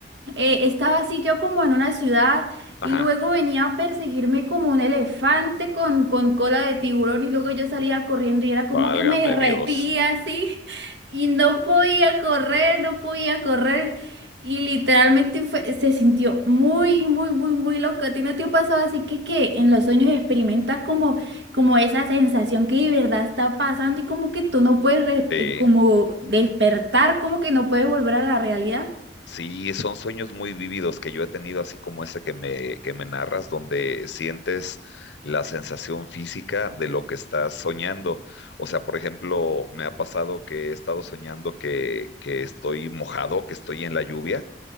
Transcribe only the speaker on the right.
Eh, estaba así yo como en una ciudad
y luego venía a perseguirme como un elefante con, con cola de tiburón y luego yo salía corriendo y era como
que me derretía
así <laughs> y no podía correr, no podía correr y literalmente fue- se sintió muy, muy, muy, muy loco. ¿A ti no te ha pasado así que, que en los sueños experimentas como, como esa sensación que de verdad está pasando y como que tú no puedes re-
como despertar, como que no puedes volver a la realidad?